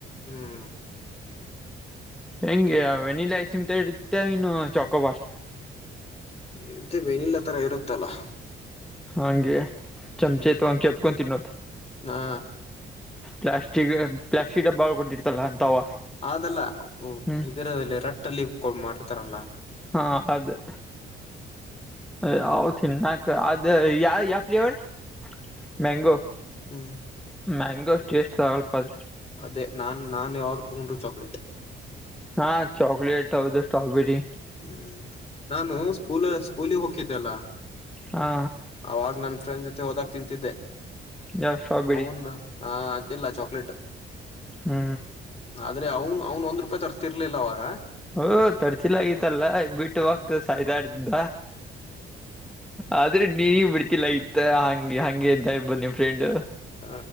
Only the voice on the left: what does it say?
ಹ್ಮ್
ಎಂತಿ ವೆನಿಲ್ಲಾ ತರ ಇರುತ್ತಲ್ಲಾ
ಹ್ಮ್
ಹಾ
ಅಲ್ಲ
ಇದರಲ್ಲಿ ರಟ್ಟಲ್ಲಿ ಮಾಡಿತಾರಲ್ಲ
ಹ್ಮ್
ಅದೇ ನಾನ್ ನಾನ್ ಯಾವಾಗ ತೊಗೊಂಡ್ರು ಚಾಕ್ಲೇಟ್
ಹ್ಮ್ ನಾನು ಸ್ಕೂಲ್ ಸ್ಕೂಲಿಗೆ ಹೋಗಕಿದ್ದೆಲ್ಲ
ಅವಾಗ ನನ್ ಫ್ರೆಂಡ್ ಜೊತೆ ಹೋದಕ್ ತಿಂತಿದ್ದೆ
ಅವನ್ ಹಾ ಇಲ್ಲ ಚಾಕ್ಲೇಟ್
ಆದ್ರೆ ಅವನ್ ಅವ್ನ್ ಒಂದ್ ರೂಪಾಯಿ ತರ್ತಿರ್ಲಿಲ್ಲ ಅವಾಗ
ಹ